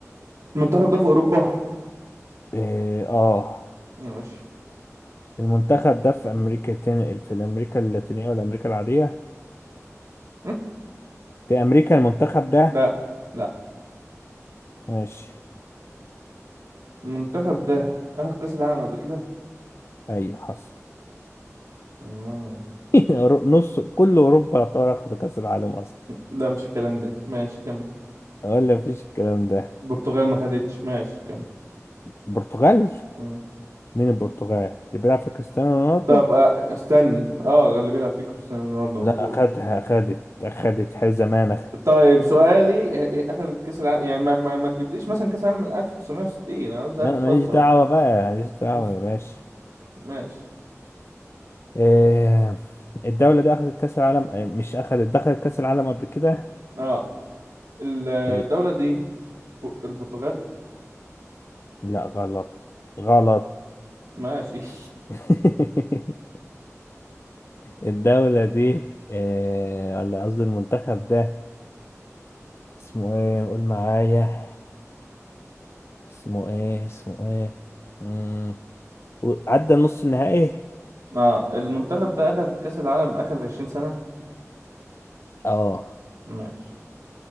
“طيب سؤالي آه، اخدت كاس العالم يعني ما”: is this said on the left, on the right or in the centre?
Right